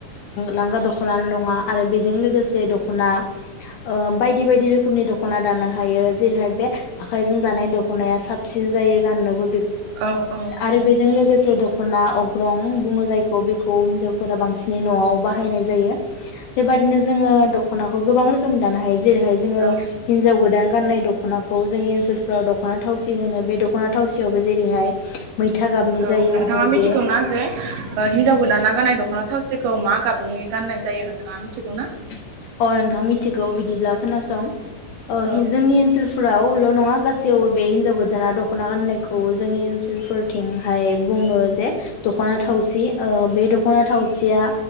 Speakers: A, on the left; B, on the right.
A: लांगा दखना नङा आरो बे जों लोगोसे दख ओ बायदि बायदि रोखोमनि दखना दानो हायो जेरैहाय बे आखायजों दानाय दखनाया साबसिन जायो गाननोबो
B: औ औ
A: आरो बेजों लोगोसे द दखना अग्रं बुङो जायखौ बेखौ हिनजावफोरा बांसिनै न'आव बाहायनाय जायो। जोङो दखनाखौ गोबां रोखोमनि दानो हायो। जेरैहाय जोङो
B: औ
A: हिनजाव गोदान गाननाय दखनाखौ जोंनि ओनसोलफ्राव दखना थावसि होनो बे दखना थावसियावबो जेरैहाय मैथा गाबनि
B: औ
A: जायो
B: नोंथाङा
A: आरो
B: मिथिगौनाा
A: बे
B: जे हिनजाव गोदाना गाननाय दखना थावसि खौ मा गाबनि गाननाय जायो नोंथाङा मिथिगौ ना?
A: अ नोंथां मिथिगौ बिदिब्ला खोनासं। ओ
B: औ
A: जोंनि ओनसोल फावल नङा गासैयावबो बे हिन्जाव गोदाना दखना गाननायखौ जोंनि ओनसोलफोरथिंहाय बुङो जे दखना थावसि ओ बे दखना थावसिया